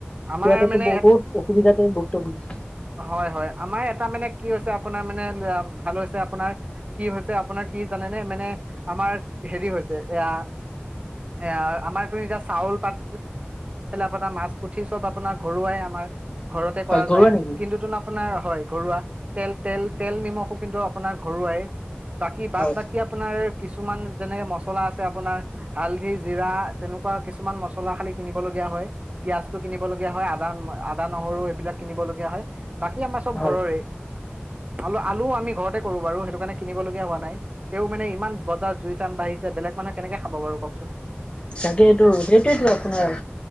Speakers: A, on the right (about 30°); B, on the left (about 25°).
A: আমাৰ
B: খোৱাত
A: মানে
B: বহুত অসুবিধাতে ভুক্ত কৰিছে।
A: হয় হয় আমাৰ এটা মানে কি হৈছে আপোনাৰ মানে ভাল হৈছে। আপোনাৰ কি হৈছে। আপোনাৰ কি জানেনে মানে আমাৰ হেৰি হৈছে। এয়া এ আমাৰ তুমি এতিয়া চাউল পাত। আপোনাৰ মাছ পুঠি চব আপোনাৰ ঘৰুৱাই আমাৰ। ঘৰতে
B: হয়
A: কৰা
B: ঘৰুৱা
A: যায়,
B: নেকি?
A: কিন্তু তোন আপোনাৰ, হয় ঘৰুৱা তেল তেল তেল নিমখো কিন্তু আপোনাৰ ঘৰুৱাই। বাকী বাদ
B: অ'
A: বাকী আপোনাৰ। কিছুমান যেনেক মছলা আছে। আপোনাৰ হালধি জিৰা তেনেকুৱা কিছুমান মছলা খালি কিনিব লগগীয়া হয়। পিয়াঁজ। কিনিবলগীয়া হয় আদান। আদা নহৰু এইবিলাক কিনিবলগীয়া হয়। বাকী আমাৰ চব
B: হয়
A: ঘৰৰে। আলু আলুও আমি ঘৰতে কৰো বাৰু। সেইটো কাৰণে কিনিবলগীয়া হোৱা নাই তেওঁ মানে ইমান বজাৰ জুই চান বাঢ়িছে বেলেগ মানুহে কেনেকে খাব বাৰু কওকচোন।
B: তাকে এইটো সেইটোয়েতটো আপোনাৰ